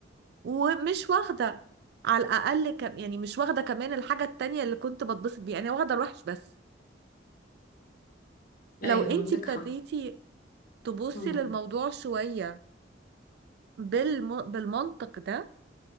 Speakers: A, on the right; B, on the left.
A: ومش واخدة على الاقل كم يعني مش واخدة كمان الحاجة التانية اللي كنت بتبسط بيها انا واخدة الوحش بس
B: أيوة
A: لو انتي
B: عندك
A: ابتديتي
B: حق
A: تبصي
B: مم.
A: للموضوع شوية بالم... بالمنطق ده